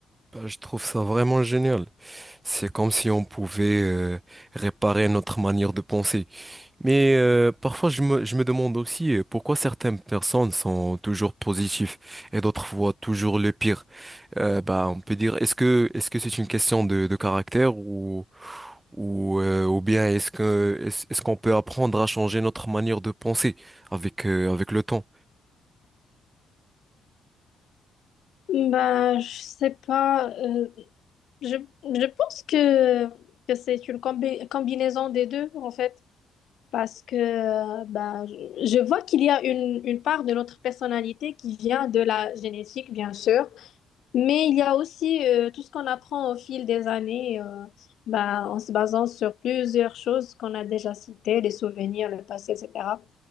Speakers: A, on the right; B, on the left.
A: Bah, Je trouve ça vraiment génial. C'est comme si on pouvait euh, réparer notre manière de penser. Mais euh, parfois, je me, je me demande aussi euh, pourquoi certaines personnes sont toujours positives et d'autres voient toujours le pire. Euh, bah, on peut dire, est-ce que est-ce que c'est une question de, de caractère ou ou euh, ou bien est-ce que est-ce, est-ce qu'on peut apprendre à changer notre manière de penser avec euh, avec le temps?
B: Ben, je sais pas. euh, je, je pense que, que c'est une combi- combinaison des deux, en fait. Parce que euh, ben, je je vois qu'il y a une, une part de notre personnalité qui vient de la génétique, bien sûr, mais il y a aussi euh, tout ce qu'on apprend au fil des années, euh, ben, en se basant sur plusieurs choses qu'on a déjà citées, les souvenirs, le passé, etc.